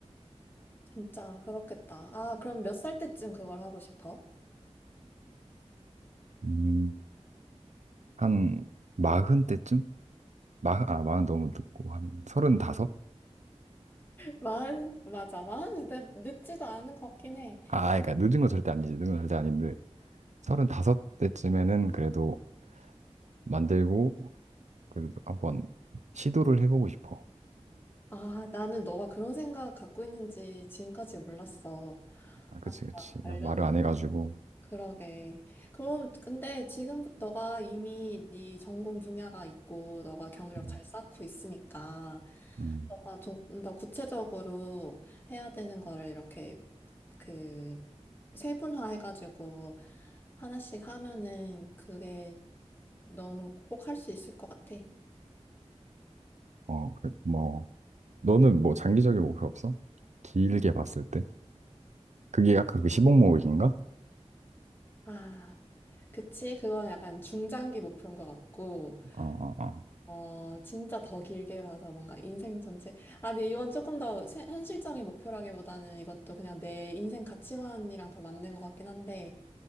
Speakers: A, on the left; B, on the right.
A: 진짜 그렇겠다. 아, 그럼 몇 살 때쯤 그걸 하고 싶어?
B: 음, 한 마흔 때쯤? 마흔, 아, 마흔 너무 늦고 한 서른다섯?
A: 마흔, 맞아. 마흔이 내- 늦지도 않은 것 같긴 해.
B: 아, 그러니까 늦은 건 절대 아니지. 늦은 건 절대 아닌데 서른다섯 때쯤에는 그래도 만들고 그래도 한번 시도를 해보고 싶어.
A: 아, 나는 너가 그런 생각 갖고 있는지 지금까지 몰랐어.
B: 아, 그치,
A: 아,
B: 그치.
A: 알려줘.
B: 나 말을 안 해가지고.
A: 그러게. 그럼, 근데 지금 너가 이미 네 전공 분야가 있고, 너가 경력
B: 음,
A: 잘 쌓고 있으니까,
B: 음.
A: 너가 조금 더 구체적으로 해야 되는 거를 이렇게 그 세분화해가지고 하나씩 하면은 그게 너는 꼭 할 수 있을 것 같아.
B: 어, 그래, 고마워. 너는 뭐 장기적인 목표 없어? 길게 봤을 때? 그게 약간 그시0억 모으기인가?
A: 아, 그치. 그건 약간 중장기 목표인 것 같고,
B: 어, 어, 어.
A: 어, 진짜 더 길게 봐서 뭔가 인생 전체. 아, 근데 이건 조금 더 세- 현실적인 목표라기보다는 이것도 그냥 내 인생 가치관이랑 더 맞는 것 같긴 한데,